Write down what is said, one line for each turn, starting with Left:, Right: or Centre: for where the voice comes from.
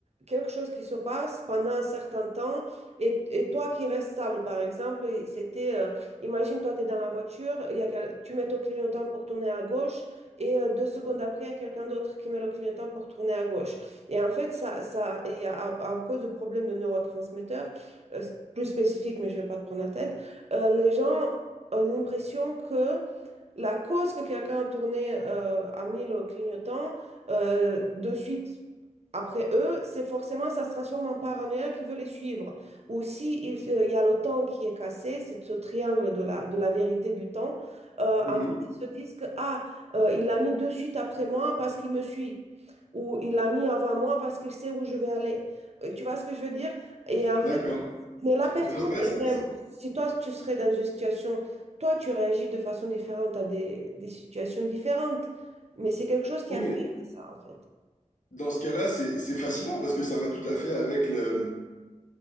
Right: quelque chose qui se passe pendant un certain temps et, et toi qui restes stable, par exemple, c'était, euh, imagine, toi, tu es dans la voiture, il y a, quel- tu mets ton clignotant pour tourner à gauche. Et euh, deux secondes après, il y a quelqu'un d'autre qui met le clignotant pour tourner à gauche. Et en fait, ça, ça, il y a, à, à cause de problèmes de neurotransmetteurs, euh, plus spécifiques, mais je ne vais pas te prendre la tête, euh, les gens ont l'impression que la cause que quelqu'un a tourné, euh, a mis le clignotant euh, de suite après eux, c'est forcément, ça se transforme en paranoïa qui veut les suivre. Ou si il, euh, il y a le temps qui est cassé, c'est ce triangle de la, de la vérité du temps, euh,
Left: mhm,
Right: en fait, ils se disent que, ah, euh, il l'a mis de suite après moi parce qu'il me suit. Ou il l'a mis avant moi parce qu'il sait où je vais aller. Euh, Tu vois ce que je veux dire? Et en fait,
Left: d'accord.
Right: mais la personne
Left: Mais dans ce cas-là, c'est,
Right: elle-même,
Left: c'est-
Right: si toi tu serais dans une situation toi, tu réagis de façon différente à des, des situations différentes, mais c'est quelque chose qui
Left: oui,
Right: affecte
Left: mais
Right: ça, en fait.
Left: dans ce cas-là, c'est, c'est fascinant parce que ça va tout à fait avec le,